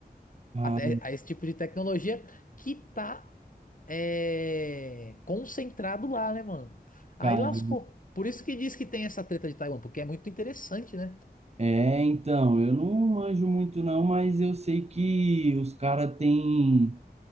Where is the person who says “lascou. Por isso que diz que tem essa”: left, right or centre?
Left